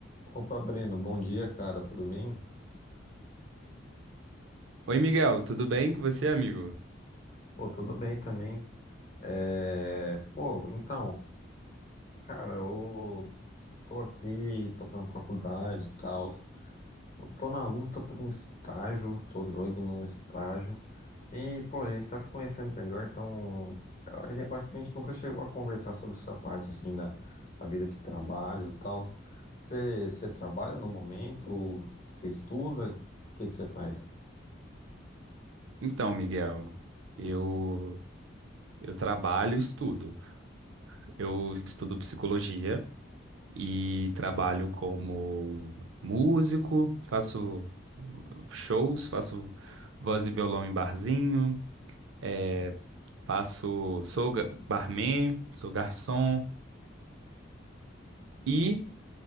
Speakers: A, on the left (about 40°); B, on the right (about 80°).
A: Opa, Breno, bom dia, cara, tudo bem?
B: Oi, Miguel, tudo bem com você, amigo?
A: Pô, tudo bem também. É, Pô, então, cara, eu tô aqui, tô fazendo faculdade e tal. Eu tô na luta por um estágio, tô doido num estágio. E, pô, a gente tá se conhecendo melhor, então a gen- eu acho que a gente nunca chegou a conversar sobre essa parte, assim, da, da vida de trabalho e tal. Você você trabalha no momento? Você estuda? O que que você faz?
B: Então, Miguel, eu eu trabalho e estudo. Eu estudo psicologia e trabalho como músico, faço shows, faço voz e violão em barzinho, eh, faço, sou ga- barman, sou garçom e